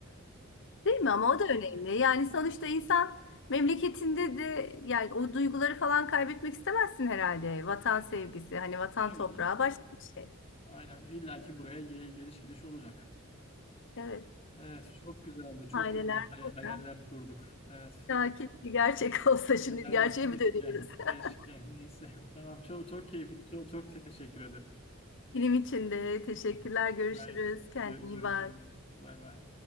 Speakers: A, on the left (about 60°); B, on the left (about 30°).
A: Değil mi? Ama o da önemli. Yani sonuçta insan memleketinde de yani o duyguları falan kaybetmek istemezsin herhalde. Vatan sevgisi, hani vatan
B: Tabii
A: toprağı
B: canım.
A: başka bir şey.
B: Aynen illa ki buraya ge- geliş gidiş olacak.
A: Evet.
B: Evet çok güzeldi. Çok
A: Aileler
B: güzel hay-
A: burada.
B: hayaller kurduk. Evet.
A: Ya keşke gerçek <laughs> olsa şimdi
B: Yani
A: gerçeğe
B: keşke,
A: mi dönüyoruz?
B: keşke
A: <laughs>
B: neyse. <laughs> Tamam çok çok keyifli. Çok çok te- teşekkür ederim.
A: Benim için de Teşekkürler.
B: Hı hı.
A: Görüşürüz.
B: Gayet
A: Kendine
B: gö-
A: iyi
B: görüşürüz.
A: bak.
B: Bay bay.